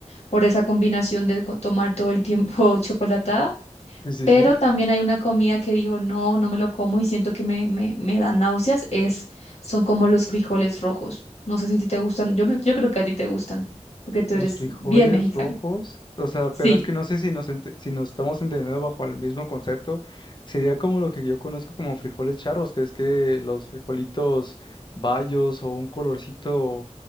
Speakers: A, on the left; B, on the left.
A: por esa combinación de co- tomar todo el tiempo <laughs> chocolatada.
B: Sí, sí,
A: Pero
B: sí.
A: también hay una comida que digo, no, no me lo como y siento que me, me, me da náuseas, es, son como los frijoles rojos. No sé si a ti te gustan, yo, me- yo creo que a ti te gustan, porque tú
B: Los
A: eres
B: frijoles
A: bien mexicana.
B: rojos, o sea,
A: Sí.
B: pero es que no sé si nos, ente- si nos estamos entendiendo bajo el mismo concepto. Sería como lo que yo conozco como frijoles charros, que es que los frijolitos bayos o un colorcito